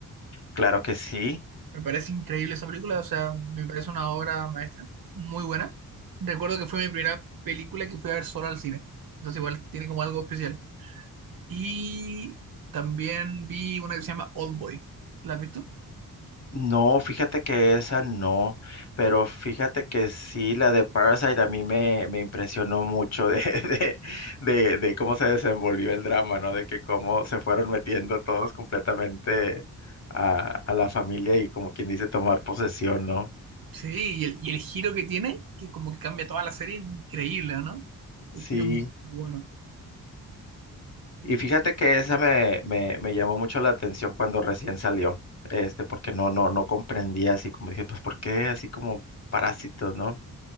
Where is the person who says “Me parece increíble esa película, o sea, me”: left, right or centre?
Right